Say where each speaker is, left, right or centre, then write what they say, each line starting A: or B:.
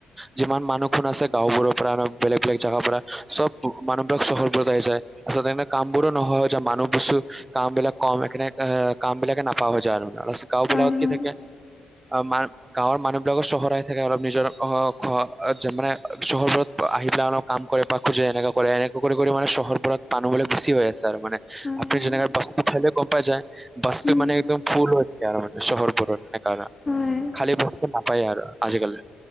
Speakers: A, on the right; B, on the left.
A: যিমান মানুহ খন আছে গাঁওবোৰৰ পৰা বেলেগ বেলেগ জেগাৰ পৰা চব মানুহবিলাক চহৰবোৰত আহি যায় আচলতে কামবোৰো নহোৱা য মানুহ বস্তু কাম বিলাক কম সকাৰনেে কাম বিলাকে নাপা হৈ যায় আৰু মানে অল গাও
B: হয়
A: বিলাকত
B: হয়
A: কি থাকে অ মান গাঁৱৰ মানুহবলাকৰ চহৰই থাকে অলপ নিজৰ অ মানে চহৰবোৰত আহি পেলাই অলপ কাম কৰে বা খোজে এনেকুৱা কৰে এনেককা কৰি মানে চহৰবোৰত বানুহলৈ বুছি হৈ আছে আৰু মানে
B: হয়
A: আপুনি
B: হয়
A: যেনেগ খাল গম পাই যায় বাস্ত
B: উম
A: মানে একদম ফুল হৈ যায় আৰু মানে চহৰবোৰৰ ননে কাৰা
B: হয়
A: খালী বস্তটো নাপায় আৰু আজিকালি